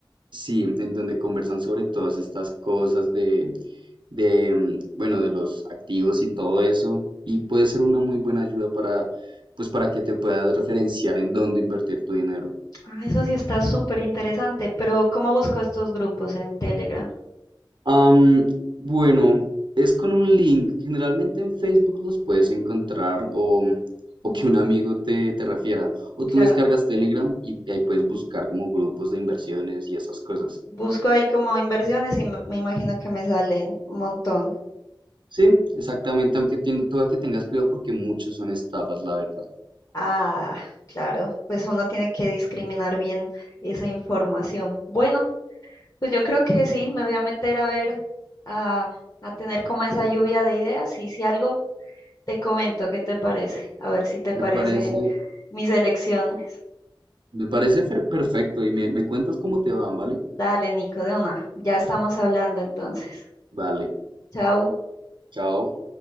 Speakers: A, on the right (about 65°); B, on the left (about 45°).
A: sí, en donde conversan sobre todas estas cosas de, de, mm, bueno, de los activos y todo eso, y puede ser una muy buena ayuda para, pues, para que te puedas referenciar en dónde invertir tu dinero.
B: Ah, eso sí está súper interesante, pero ¿cómo busco estos grupos en Telegram?
A: Am, bueno, es con un link. Generalmente en Facebook los puedes encontrar o, o
B: ¿Mm?
A: que un amigo te, te refiera. O
B: Claro,
A: tú descargas Telegram y, ahí puedes buscar como grupos de inversiones y esas cosas.
B: busco ahí como inversiones y me me imagino que me salen un montón.
A: Sí, exactamente, aunque ten- toca que tengas cuidado porque muchos son estafas, la verdad.
B: Ah, claro, pues uno tiene que discriminar bien esa información. Bueno. Pues yo creo que sí, me voy a meter a ver, a, a tener como esa lluvia de ideas y si algo te comento, ¿qué te parece? A ver si te parece
A: Me parece,
B: mis elecciones.
A: me parece fe- perfecto y me, me cuentas cómo te va, ¿vale?
B: Dale, Nico, de una. Ya estamos hablando entonces.
A: Vale,
B: Chao.
A: chao.